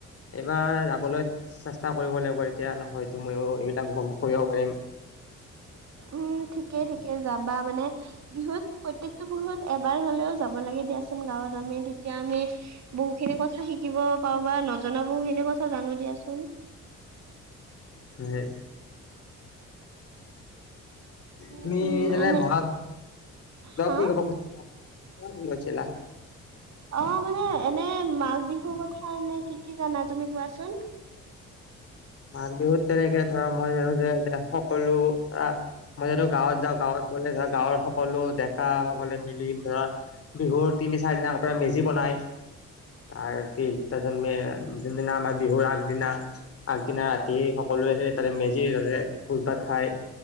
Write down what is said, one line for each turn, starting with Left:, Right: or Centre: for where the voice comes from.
Left: এইবাৰ যাবলৈ চেষ্টা কৰিব লাগিব এতিয়া নহয়তো ময়ো এইবিলাক উপভোগ কৰিব পাৰিম।
Right: উম ঠিকেই ঠিকে যাবা মানে, বিহুত প্ৰত্যয়েকটো বিহুত এবাৰ হ'লেও যাব লাগে দিয়াচোন গাঁৱত আমি তেতিয়া আমি। বহু খিনি কথা শিকিব পাওঁ বা নজনা বহুখিনি কথা জানো দিয়াচোন।
Left: হয়।
Right: উম
Left: তুমি যেনে
Right: এনে
Left: বহাগ, কাক
Right: হা
Left: কি ক'ব কৈছিলা। মোক কি কৈছিলা।
Right: অঁ, মানে এনে মাঘ বিহুৰ কথা এনে কি কি জানা তুমি কোৱাচোন?
Left: মাঘ বিহুত তেনেকে ধৰা মই জানোঁ যে এতিয়া সকলো আঁ মই যেতিয়া গাঁৱত যাওঁ গাঁৱত ঘৰলে ধৰা গাঁৱৰ সকলো ডেকা সকলে মিলি ধৰা বিহুৰ তিনি চাৰি দিন আগতে মেজি বনায়। তাৰ পিছদিনা যোনদিনা আমাৰ বিহুৰ আগদিনা। আগদিনা ৰাতি সকলোৱে সেই তাতে মেজি তাতে ভোজ ভাত খায়।